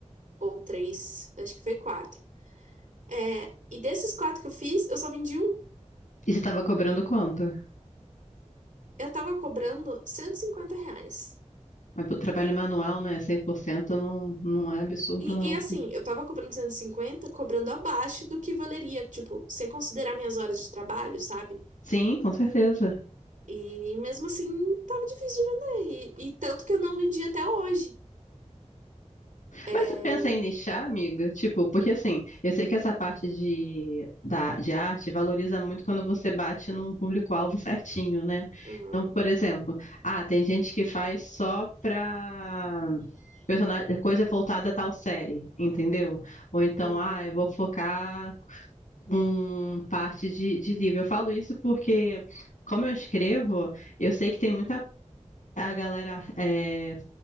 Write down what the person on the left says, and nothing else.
E você tava cobrando quanto?
Mas pro trabalho manual, né? cem por cento não, não é absurdo,
não.
cara.
Sim, com certeza.
Mas você pensa em nichar, amiga? Tipo, porque assim, eu sei que essa parte de, da, de arte valoriza muito quando você bate num público-alvo certinho, né?
Então, por exemplo, ah, tem gente que faz só pra personagem, coisa voltada a tal série, entendeu? Ou então,
ah, eu vou focar com parte de, de livro. Eu falo isso porque, como eu escrevo, eu sei que tem muita É a galera é,